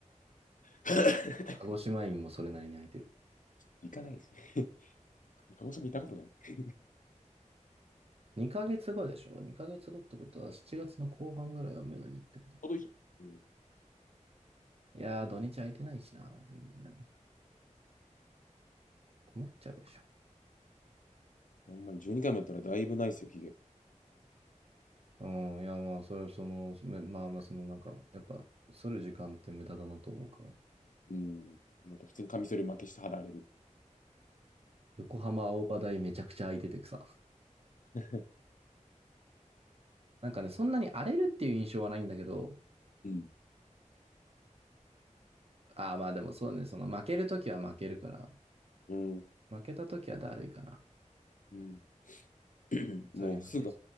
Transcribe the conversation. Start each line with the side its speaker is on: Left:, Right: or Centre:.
Left: <laughs>
Right: 鹿児島院もそれなりに空いてる。
Left: いかないですね。<laughs> 鹿児島行ったことない。ち
Right: 2ヶ月後でしょ ?2 ヶ月後ってことは7月の後半ぐらいをめどにってことか。
Left: ょうどいい。うん。
Right: いやー、土日空いてないしな、全然。困っちゃうでしょ。
Left: ほんまに12回もやったらだいぶないですよ、ヒゲ。
Right: うん、いや、まあ、それはその、めまあまあ、そのなんか、やっぱ、剃る時間って無駄だなと思うから。
Left: うん。なんか普通にカミソリ負けして肌荒れる。
Right: 横浜青葉台めちゃくちゃ空いててさ。
Left: <laughs>
Right: なんかね、そんなに荒れるっていう印象はないんだけど、
Left: うん
Right: ああ、まあでもそうね、その負けるときは負けるから、
Left: うん
Right: 負けたときはだるいかな。
Left: うん <clears throat> もうすぐ、
Right: 反り負け